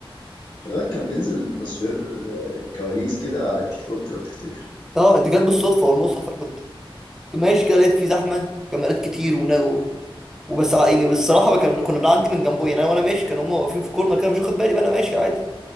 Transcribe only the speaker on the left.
خلي بالك كان بينزل تصوير آه، كواليس كده على التيك توك لو تفتكر